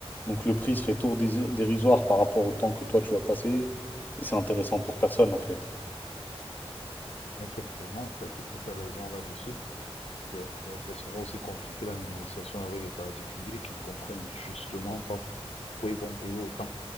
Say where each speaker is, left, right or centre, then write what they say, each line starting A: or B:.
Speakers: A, on the left (about 15°); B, on the left (about 85°).
A: Donc le prix serait tout dési- dérisoire par rapport au temps que toi tu vas passer et c'est intéressant pour personne en fait.
B: Effectivement, tu as tout à fait raison là-dessus. Donc, euh, c'est souvent aussi compliqué la négociation avec les particuliers qui ne comprennent justement pas pourquoi ils vont payer autant